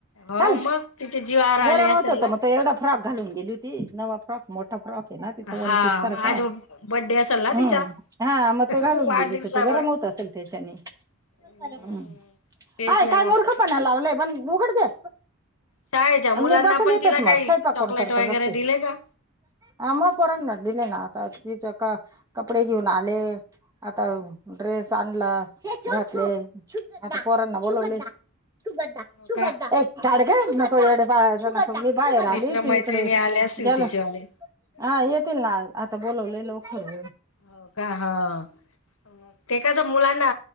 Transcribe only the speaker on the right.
चाल
गरम
होत होत
मग तो एवढा फ्रॉक घालून गेली होती, नवा फ्रॉक मोठा मोठा फॉकय ना तिचा वन
पीस सारखा,
हम्
हा मग तो घालून
गेली तर मग गरम होत होत असंल त्याच्याने,
हमम,
अय
काय मूर्ख
पणा लावलाय पण उघड ते
मी बसंल
इथंच,
म स्वयंपाक
कोण करत
बगते?
हा मग पोरांना दिले ना आता तिच्या का कपडे घेऊन आले, आता ड्रेस आणला, घातले आता पोरांना बोलवले <unintelligible>
<inaudible> झाड घ्य नको ए मी बाहेर
आले तू इकडं
जेवलास?
आ येतील ना आता बोलवलं लवकर